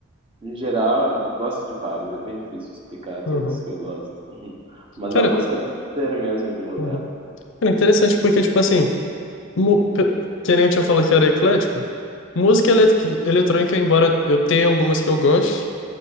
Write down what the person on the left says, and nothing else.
uhum.
Cara,
uhum. Cara, interessante porque, tipo assim, mu- pe- que nem eu tinha falado que era eclético, música eletro- eletrônica, embora eu tenha algumas que eu goste,